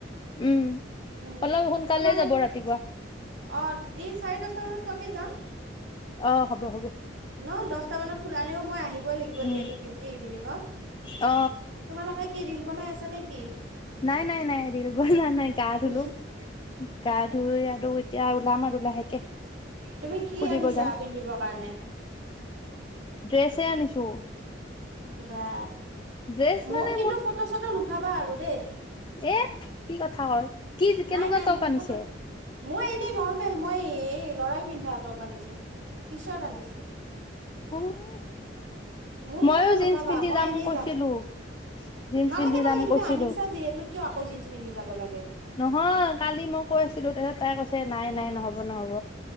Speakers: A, on the left; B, on the right.
A: উম,
B: উম
A: অলপ সোনকালে
B: তোমালোক
A: যাব ৰাতিপুৱা।
B: অ, চাৰে দহটা মানত পোৱাকে যাম।
A: অ, হ'ব, হ'ব।
B: ন দহটা মানত ওলালেও মই আহিবই লাগিব,
A: উম
B: যিহেতু ডিউটি ইভিনিঙত।
A: অ।
B: তোমালোকে কি ৰিল বনাই আছা নেকি?
A: নাই নাই নাই ৰিল বনোৱা নাই গা ধুলোঁ
B: অ
A: গা ধুই আৰু - এতিয়া ওলাম আৰু লাহেকে।
B: তুমি কি
A: ফুৰিব
B: আনিছা
A: যাম
B: পিন্ধিবৰ কাৰণে?
A: ড্ৰেছে আনিছোঁ।
B: বা
A: ড্ৰেছ
B: মোক
A: মানে
B: কিন্তু ফটো চটো নুঠাবা আৰু দেই।
A: এহ কি কথা কয়, কি
B: নাই
A: কেনেকুৱা
B: নাই
A: টপ
B: মোক
A: আনিছে?
B: ফটো মই এনেই নৰ্মেল মই এই ল'ৰাই পিন্ধা টপ আনিছো টি চাৰ্ট আনিছো।
A: উমঁ হ।
B: মোক
A: ময়ো
B: ফটো
A: জিন্স
B: নুঠাবা
A: পিন্ধি
B: মই
A: যাম
B: এনেই
A: কৈছিলোঁ, জিন্স
B: নালাগে
A: পিন্ধি
B: নালাগে
A: যাম
B: তুমি
A: কৈছিলোঁ।
B: আনিছা যিহেতু কিয় আক' জিন্স পিন্ধি যাব লাগে?
A: নহয় কালি মই কৈ আছিলোঁ তাছত তাই কৈছে নাই
B: উম
A: নাই নহ'ব নহ'ব।